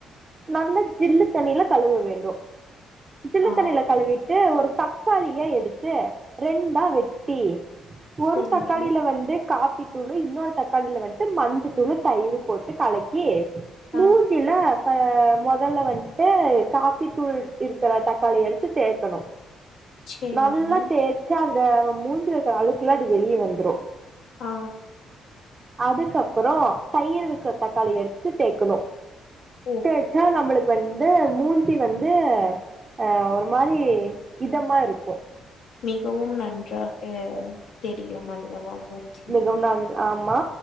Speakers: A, on the right (about 35°); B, on the left (about 65°).
A: நல்ல ஜில்லு தண்ணில கழுவ வேண்டும் ஜில்லத்து
B: ஆ
A: தண்ணில கழுவிட்டு ஒரு தக்காளியை எடுத்து ரெண்டாக வெட்டி ஒரு
B: சேரிங்க
A: தக்காளில்ல வந்து கா <inaudible> தூளு இன்னொரு தக்காளியில வந்து மஞ்ச தூளு தயிர் போட்டு கலக்கி முஞ்சிலா
B: ஆ
A: முதல்ல வந்துட்டு காப்பி தூள் இருக்கிற தக்காளி எடுத்து தேக்கணும்
B: சேரிங்க
A: நல்ல தேய்ச்சால இந்த மூஞ்சில இருக்கற அளுக்குகெல்லாம் அது வெளிய வந்துரும்
B: ஆ
A: அதுக்கப்பறம் தயிர் இருக்கிற தக்காளி எடுத்து தேக்கணும்
B: ஓ
A: தேச்சா நம்மளுக்கு வந்து மூஞ்சி வந்து அ ஒரு மாரி இதமா இருக்கும்
B: மிகவும் நன்றாக தெரியும் அல்லவா மூஞ்சி
A: மிகவும் நான் ஆமா